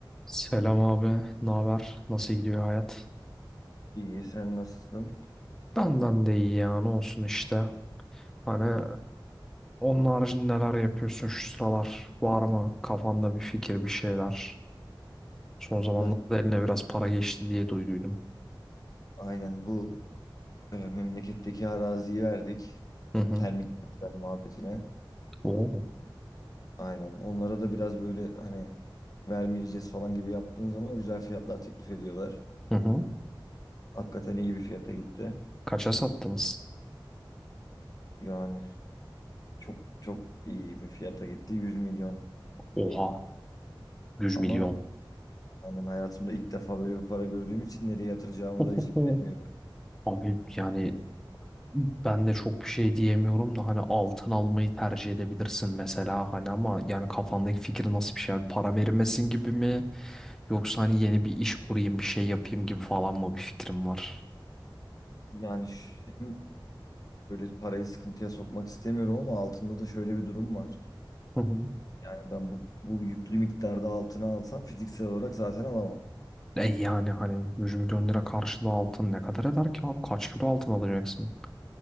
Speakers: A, in the centre; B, on the left.
A: Selam abi, ne haber? Nasıl gidiyor hayat?
B: İyi, sen nasılsın?
A: Benden de iyi ya, ne olsun işte. Hani onun haricinde neler yapıyorsun şu sıralar? Var mı kafanda bir fikir, bir şeyler? Son zamanlarda
B: Ya
A: eline biraz para geçti diye duyduydum.
B: aynen bu e, memleketteki araziyi verdik.
A: Hı hı.
B: Termik santral muhabbetine.
A: Oo.
B: Aynen. Onlara da biraz böyle hani vermeyeceğiz falan gibi yaptığın zaman güzel fiyatlar teklif ediyorlar.
A: Hı hı.
B: Hakikaten iyi bir fiyata gitti.
A: Kaça sattınız?
B: Yani çok çok iyi bir fiyata gitti. 100 milyon
A: Oha,
B: diyeyim.
A: yüz
B: Ama
A: milyon.
B: hani hayatımda ilk defa böyle bir para gördüğüm için nereye yatıracağımı da hiç
A: Oho.
B: bilemiyorum.
A: Abi yani ben de çok bir şey diyemiyorum da hani altın almayı tercih edebilirsin mesela hani ama yani kafandaki fikri nasıl bir şey? Yani param erimesin gibi mi? Yoksa hani yeni bir iş kurayım, bir şey yapayım gibi falan mı bir fikrim var?
B: Yani ş- hem böyle parayı sıkıntıya sokmak istemiyorum ama altında da şöyle bir durum var.
A: Hı hı.
B: Yani ben bu, bu yüklü miktarda altına alsam fiziksel olarak zaten alamam.
A: E yani hani 100 milyon lira karşılığı altın ne kadar eder ki abi? Kaç kilo altın alacaksın?